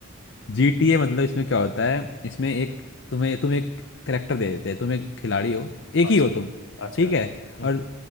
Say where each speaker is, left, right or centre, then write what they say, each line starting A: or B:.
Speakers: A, on the left; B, on the left.
A: जीटीए मतलब इसमें क्या होता है इसमें एक तुम्हें तुम्हें एक करेक्टर दे देते हैं तुम एक खिलाड़ी हो एक
B: अच्छा
A: ही हो तुम
B: अच्छा
A: ठीक है
B: हम्म
A: और